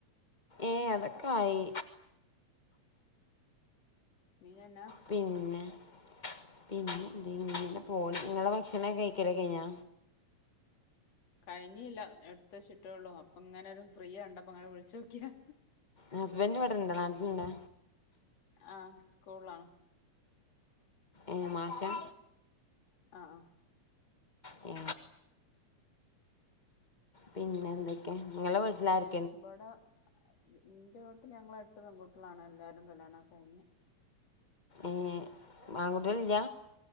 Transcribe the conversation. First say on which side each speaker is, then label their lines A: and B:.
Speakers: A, on the left; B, on the left.
A: ഏഹ് അതൊക്കെ ആയി
B: മീനെന്നാ
A: പിന്നെ പിന്നെ എന്തേനു ഇങ്ങനെ പോണ് ഇങ്ങളെ ഭക്ഷണം ഒക്കെ കഴിക്കല് കഴിഞ്ഞാ
B: കഴിഞ്ഞില്ല എടുത്ത് വെച്ചിട്ടൊള്ളൂ അപ്പൊ ഇങ്ങനെ ഒരു ഫ്രീ കണ്ടപ്പോ അങ്ങനെ വിളിച്ച് നോക്കിയാ
A: ഹസ്ബൻ്റ് ഇവിടെ ഇണ്ടാ നാട്ടില്ണ്ടാ
B: ആഹ് സ്കൂൾലാണ്
A: ഏഹ് മാഷാ
B: ആഹ് ആഹ്
A: ഏ പിന്നെന്തൊക്കെ ങ്ങളെ വീട്ടിലാര്
B: ഇബടെ ന്റെ വീട്ടില് ഞങ്ങള് എട്ട് പെൺകുട്ട്യളാണ് എല്ലാരും കല്യാണൊക്കെ കഴിഞ്ഞ്
A: ഏ ആൺകുട്ട്യാള്ല്ല